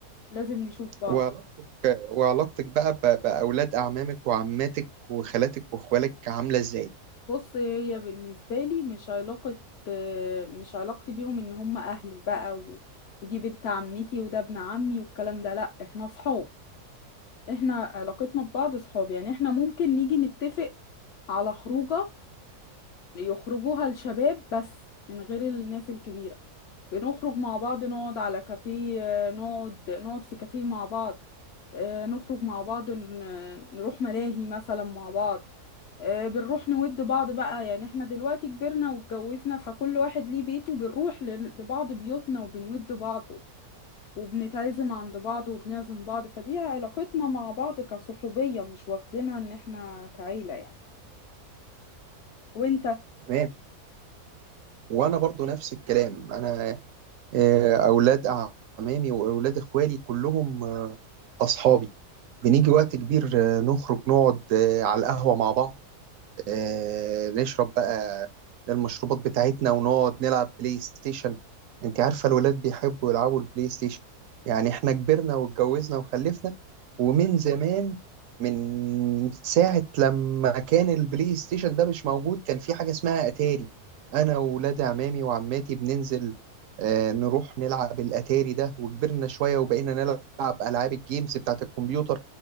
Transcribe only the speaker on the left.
لازم نشوف بعض
بص هي بالنسبة لي مش علاقة آه، مش علاقتي بيهم إن هم أهلي بقى و... ودي بنت عمتي وده ابن عمي والكلام ده لأ احنا صحاب احنا علاقتنا ببعض صحاب يعني احنا ممكن نيجي نتفق على خروجة يخرجوها الشباب بس من غير الناس الكبيرة بنخرج مع بعض نقعد على كافيه آه، نقعد نقعد في كافيه مع بعض آه، نخرج مع بعض ن- نروح ملاهي مثلا مع بعض آه، بنروح نود بعض بقى يعني احنا دلوقتي كبرنا واتجوزنا فكل واحد ليه بيته بنروح ل- لبعض بيوتنا وبنود بعض وبنتعزم عند بعض وبنعزم بعض فدي علاقتنا مع بعض كصحوبية مش واخدينها ان احنا كعيلة يعني وانت